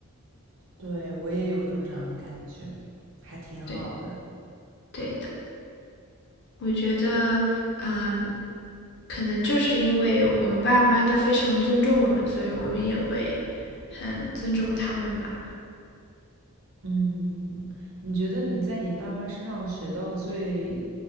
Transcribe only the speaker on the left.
对对的，我觉得嗯，可能就是因为我们爸爸妈妈都非常尊重我们，所以我们也会很尊重他们吧。